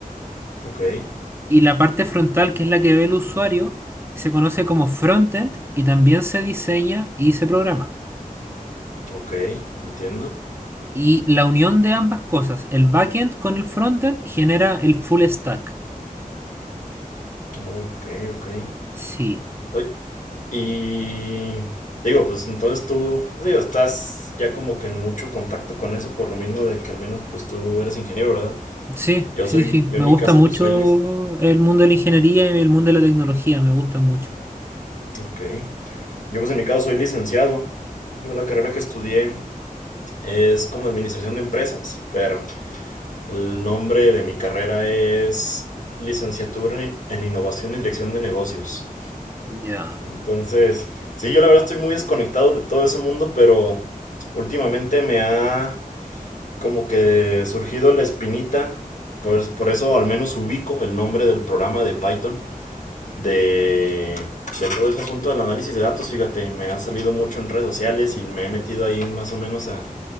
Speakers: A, on the left (about 60°); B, on the right (about 15°).
A: ok,
B: Y la parte frontal, que es la que ve el usuario, se conoce como frontend y también se diseña y se programa.
A: ok, entiendo.
B: Y la unión de ambas cosas, el backend con el frontend, genera el full stack.
A: Ok, ok.
B: Sí,
A: Oye, y digo, pues entonces tú, digo, estás ya como que en mucho contacto con eso, por lo mismo de que al menos pues tú eres ingeniero, ¿verdad?
B: sí,
A: Yo
B: sí,
A: soy,
B: sí.
A: yo
B: Me
A: en mi
B: gusta
A: caso
B: mucho
A: pues soy lic...
B: el mundo de la ingeniería y el mundo de la tecnología, me gusta mucho.
A: Ok. Yo pues en mi caso soy licenciado. Yo la carrera que estudié es como administración de empresas, pero... El nombre de mi carrera es Licenciatura en, Innovación y Dirección de Negocios.
B: Ya,
A: Entonces, sí, yo la verdad estoy muy desconectado de todo ese mundo, pero últimamente me ha como que surgido la espinita, por, por eso al menos ubico el nombre del programa de Python, de, de todo ese asunto del análisis de datos, fíjate, me ha salido mucho en redes sociales y me he metido ahí más o menos a,